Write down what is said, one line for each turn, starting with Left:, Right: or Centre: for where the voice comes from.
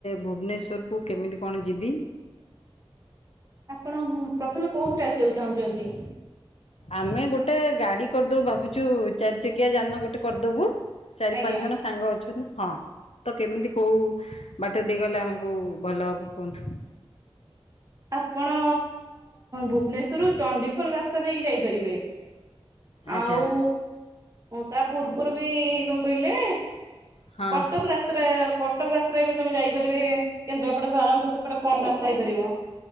Left: ଭୁବନେଶ୍ୱର ମୁଁ କେମିତି କଣ ଯିବି?
Right: ଆପଣ ପ୍ରଥମେ କୋଉଥିରେ ଆସିବାକୁ ଚାହୁଁଛନ୍ତି?
Left: ଆମେ ଗୋଟେ ଗାଡି କରିଦବୁ ଭାବୁଚୁ ଚାରି ଚକିଆ ଯାନ ଗୋଟେ କରିଦବୁ। ଚାରି
Right: ଆଜ୍ଞା
Left: ପାଞ୍ଚ ଜଣ ସାଙ୍ଗ ଅଛନ୍ତି। ହଁ, ତ କେମିତି କୋଉ ବାଟ ଦେଇ ଗଲେ ଆମକୁ ଭଲ ହବ କୁହନ୍ତୁ।
Right: ଆପଣ ଭୁବନେଶ୍ୱରରୁ ଚଣ୍ଡିଖୋଲ ରାସ୍ତା ଦେଇକି ଯାଇପାରିବେ। ଆଉ
Left: ଆଚ୍ଛା
Right: ତା ପୂର୍ବରୁ ବି କଣ କହିଲେ
Left: ହଁ
Right: କଟକ ରାସ୍ତାରେ କଟକ ରାସ୍ତାରେ ବି ତମେ ଯାଇପାରିବେ। କେନ୍ଦ୍ରାପଡା କୁ ଆରାମ ସେ ସେପଟେ କମ୍ ରାସ୍ତା ହେଇପାରିବ।